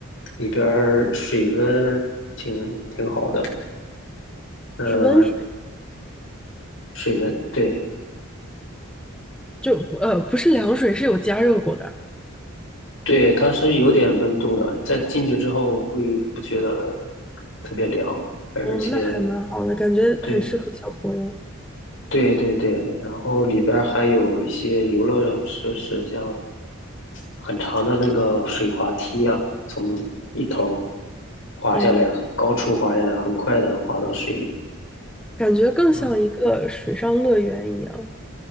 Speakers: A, on the left; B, in the centre.
A: 里边儿水温挺挺好的。呃，
B: 是温水，
A: 水的，对
B: 就不呃不是凉水，是有加热过的。
A: 对，它是有点温度的，在进去之后会不觉得特别凉，而且
B: 哦，那还蛮好的，感觉很适合小朋友。
A: 对对对对，然后里边儿还有一些游乐设施，像很长的那个水滑梯啊，从一头儿滑下来，
B: 哦，
A: 高处滑下来，很快的滑到水里。
B: 感觉更像一个水上乐园一样。
A: 啊